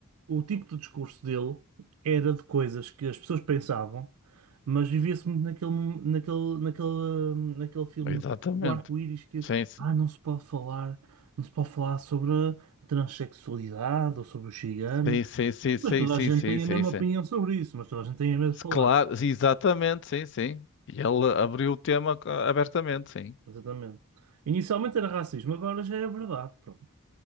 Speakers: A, on the right; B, on the left.
A: o tipo de discurso dele era de coisas que as pessoas pensavam, mas vivia-se muito naquele, mom- naquele, naquele, hum, naquele filme
B: Exatamente.
A: do arco-íris que,
B: Sim, sim,
A: ah, não se pode falar, não se pode falar sobre a transexualidade ou sobre os ciganos.
B: sim, sim, sim,
A: Mas
B: sim,
A: toda a gente
B: sim,
A: tem
B: sim,
A: a mesma
B: sim.
A: opinião sobre isso, mas toda a gente tem medo de falar.
B: Claro, exatamente, sim, sim. E ele abriu o tema ah, abertamente, sim.
A: Exatamente. Inicialmente era racismo, agora já é verdade. Pronto.